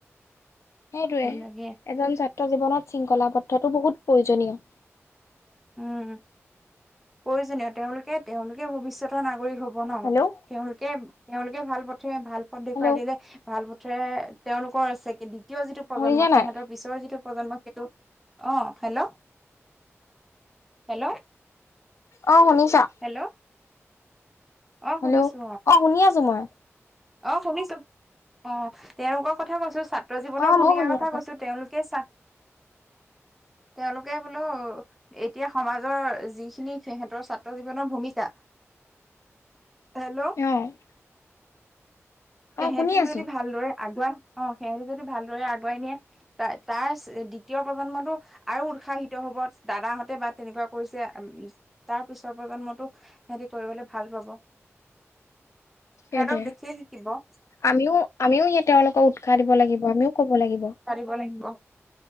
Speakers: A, on the left; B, in the centre.
A: সেইটোয়ে,
B: লাগে
A: এজন ছাত্ৰ জীৱনত শৃংখলা <unintelligible> বহুত প্ৰয়োজনীয়।
B: উম, প্ৰয়োজনীয়। তেওঁলোকে, তেওঁলোকে ভৱিষ্যতৰ নাগৰিক হব নহ।
A: হেল্ল',
B: তেওঁলোকে তেওঁলোকে ভাল পথে, ভাল পথ দেখুৱাই
A: হেল্ল'।
B: দিলে ভাল পথে তেওঁলোকৰ আছে <unintelligible> দ্বিতীয় যিটো প্ৰজন্ম
A: শুনিছা
B: সিহঁতৰ
A: নাই?
B: পিছৰ যিটো প্ৰজন্ম সেইটো, অ' হেল্ল'? হেল্ল'?
A: অ', শুনিছা?
B: হেল্ল'? অ
A: হেল্ল'
B: শুনিছো
A: অ' শুনি আছো মই।
B: অ', শুনিছো, অ' তেওঁলোকৰ কথা কৈছো ছা ছাত্ৰ জীৱণৰ
A: অ
B: ভূমিকাৰ
A: মইও শুনি
B: কথা
A: আছো।
B: কৈছো, তেওঁলোকে চা তেওঁলোকে বোলো এতিয়া সমাজৰ, যিখিনি সিহঁতৰ ছাত্ৰ জীৱনৰ ভূমিকা হেল্ল'?
A: <unintelligible>
B: সেহঁতি
A: অ শুনি আছো
B: যদি ভালদৰে আগুৱাই, অ' সেহঁতি যদি ভালদৰে আগুৱাই নিয়ে তা-তাৰ দ্বিতীয় প্ৰজন্মটো আৰু উৎসাহিত হব, দাদাহঁতে বা তেনেকুৱা কৰিছে। তাৰ পিছৰ প্ৰজন্মটো সেহতি কৰিবলে ভাল পাব। সেহঁতক
A: সেইটোৱে।
B: দেখিয়ে থাকিব।
A: আমিও আমিও <unintelligible> তেওঁলোকক উৎসাহ দিব লাগিব, আমিও কব লাগিব।
B: পাৰিব লাগিব,